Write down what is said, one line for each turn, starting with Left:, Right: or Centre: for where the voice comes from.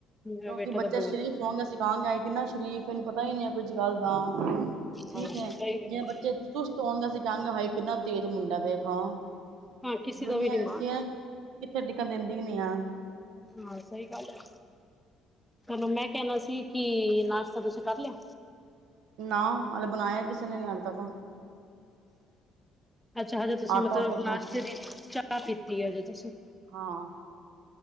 Centre: ਮੇਰਾ
Right: ਕਿਉਂਕਿ
Centre: ਬੇਟਾ
Right: ਬੱਚੇ
Centre: ਤਾਂ ਬਹੁਤ
Right: ਸ਼ਰੀਫ ਹੋਉਣਗੇ ਸਿਖਾਉਣਗੇ ਕਿੰਨਾ ਸ਼ਰੀਫ ਇਹਨੂੰ ਪਤਾ ਹੀ ਨਹੀਂ ਹੈ ਕੁੱਝ ਗੱਲ ਦਾ ਠੀਕ
Centre: ਹਾਂ ਸਹੀ
Right: ਹੈ ਜਿਵੇਂ
Centre: ਗੱਲ
Right: ਬੱਚੇ ਚੁਸਤ ਆਉਂਦਾ ਸੀ ਕਹਾਂਗੇ ਹਾਈ ਕਿੰਨਾ ਤੇਜ਼ ਮੁੰਡਾ ਵੇ ਖਾਓ
Centre: ਹਾਂ ਕਿਸੇ
Right: ਦੁਨੀਆ
Centre: ਦਾ ਵੀ ਨੀ ਮਾਣ
Right: ਐਸੀ ਹੈ ਕਿੱਥੇ ਟਿਕਣ ਦਿੰਦੀ ਹੀ ਨੀ ਆ
Centre: ਹਾਂ ਸਹੀ ਗੱਲ ਹੈ ਕਲੂੰ ਮੈਂ ਕਹਿਣਾ ਸੀ ਕਿ ਨਾਸ਼ਤਾ ਤੁਸੀਂ ਕਰ ਲਿਆ
Right: ਨਾ ਹਲੇੇ ਬਣਾਇਆ ਕਿਸੇ ਨੇ ਨੀ ਹਜ ਤੱਕ
Centre: ਅੱਛਾ ਹਜੇ ਤੁਸੀਂ
Right: ਆਟਾ
Centre: ਮਤਲਬ
Right: ਉਟਾ
Centre: ਚਾਹ ਪੀਤੀ ਆ ਜ ਤੁਸੀਂ
Right: ਹਾਂ,